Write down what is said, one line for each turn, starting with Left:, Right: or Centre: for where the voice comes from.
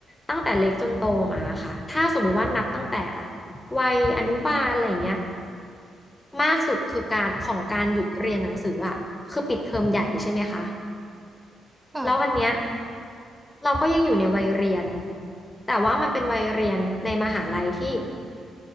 Left: ตั้งแต่เล็กจนโตมาค่ะถ้าสมมุติว่านับตั้งแต่วัยอนุบาลอะไรอย่างเงี้ยมากสุดคือการของการหยุดเรียนหนังสืออ่ะคือปิดเทอมใหญ่ใช่ไหมคะ
Right: ค่ะ
Left: แล้วอันเนี้ยเราก็ยังอยู่ในวัยเรียนแต่ว่ามันเป็นวัยเรียนในมหาลัยที่